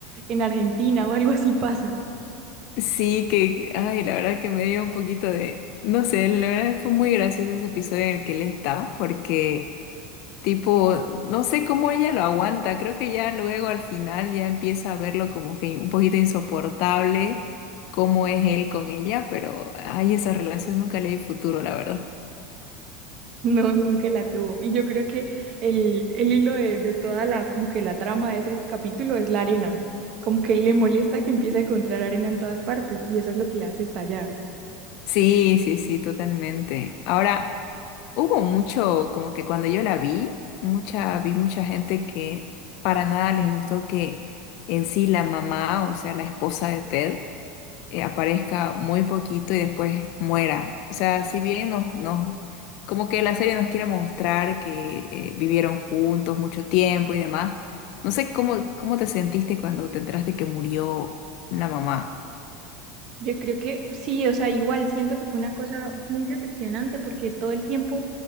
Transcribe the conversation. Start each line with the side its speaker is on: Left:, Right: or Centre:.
Right: en Argentina o algo así pasa. <laughs>
Left: sí, que, ay, la verdad que me dio un poquito de, no sé, la verdad fue muy gracioso ese episodio en el que él está porque... Tipo, no sé cómo ella lo aguanta, creo que ya luego al final ya empieza a verlo como que un poquito insoportable cómo es él con ella, pero ay, esa relación nunca le di futuro, la verdad.
Right: No, nunca la tuvo. Y yo creo que el, el hilo de, de toda la, como que la trama de ese capítulo es la arena. Como que le molesta que empiece a encontrar arena en todas partes y eso es lo que le hace estallar.
Left: Sí, sí, sí, totalmente. Ahora, hubo mucho, como que cuando yo la vi, mucha, vi mucha gente que para nada les gustó que en sí la mamá, o sea, la esposa de Ted, eh, aparezca muy poquito y después muera. O sea, si bien nos, nos- como que la serie nos quiere mostrar que eh, vivieron juntos mucho tiempo y demás, no sé cómo, cómo te sentiste cuando te enteraste que murió la mamá.
Right: Yo creo que sí, o sea, igual siento que fue una cosa muy decepcionante porque todo el tiempo